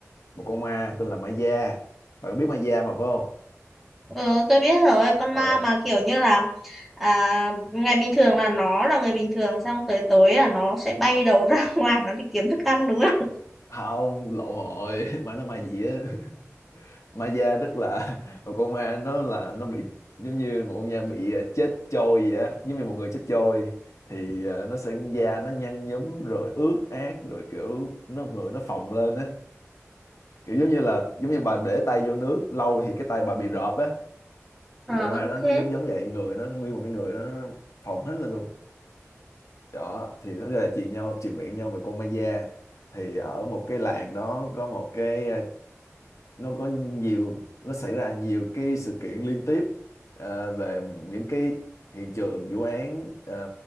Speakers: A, on the left; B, in the centre.
A: một con ma tên là ma da bạn có biết ma da mà phải không
B: Ừ, tôi biết rồi, con
A: ờ
B: ma mà kiểu như là à, ngày bình thường là nó là người bình thường xong tới tối là nó sẽ bay đầu ra <laughs> ngoài nó đi kiếm thức ăn đúng không?
A: không lộn rồi <laughs> mà nó ma gì á <laughs> ma da tức là <laughs> một con ma nó là nó bị giống như một con ma bị à, chết trôi vậy á giống như một người chết trôi thì à, nó sẽ da nó nhăn nhúm rồi ướt át rồi kiểu nó người nó phồng lên á kiểu giống như là giống như bà để tay vô nước lâu thì cái tay bà bị rợp á
B: Ờ
A: thì con ma
B: ok.
A: nó nó giống giống vậy người nó nguyên một cái người nó nó phồng hết lên luôn đó thì nó là truyền nhau truyền miệng nhau về con ma da thì ở một cái làng đó có một cái à, nó có nhiều nó xảy ra nhiều cái sự kiện liên tiếp à, về những cái hiện trường vụ án à,